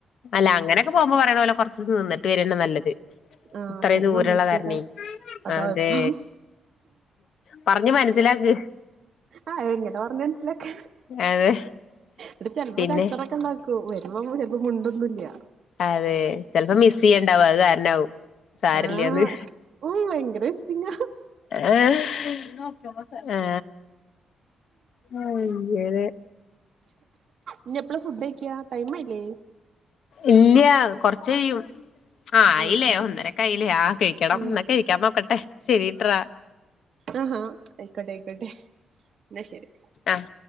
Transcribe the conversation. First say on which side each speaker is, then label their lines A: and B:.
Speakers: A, on the left; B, on the right.
A: അല്ല അങ്ങനെയൊക്കെ പോകുമ്പോ പറയണ പോലെ കൊറച്ച ദിവസം നിന്നിട്ട് വരണ നല്ലത്
B: ആഹ്
A: ഇത്രയും
B: പക്ഷെ അത്
A: ദൂരള്ള
B: സമ്മയ്ക്കൂല
A: കാരണെ
B: അതാ
A: അതെ
B: കുഴപ്പം
A: പറ ഞ്ഞ് മനസ്സിലാക്
B: ആഹ എങ്ങനെ പറഞ്ഞഞ് മനസിലാക്ക
A: അതെ
B: ഇടെ ചെിലപ്പോ
A: പിന്നെ
B: കച്ചറൊക്കെ ഉണ്ടാ വരുമ്പോ ചിലപ്പം മുണ്ടൊന്നുംല്ല
A: അതെ ചെലപ്പോ മിസ് ചെയ്യണ്ടാവും അത് കാരണാവും സാരില്ല്യാന്ന്
B: ആഹ ഓ വെങ്കരജസ്സ്ങ്ങ
A: ആഹ ആഹ ആ അങ്ങനെ
B: ഇനി എപ്പള ഫുഡ് കഴിക്കിയ ടൈം അയില്ലേ
A: ഇല്ല കൊറച്ച ചെയ്യും ആയിലെ
B: അയ് ശരി
A: ഒന്നരക്കെയില്ലേ ആ കഴിക്കണം
B: ഉം
A: എന്നാ കഴിക്കാൻ നോക്കട്ടെ ശെരിട്ടറാ
B: ആഹ ആയിക്കോട്ടെ യിക്കോട്ടെഎന്ന ശരി
A: ആഹ്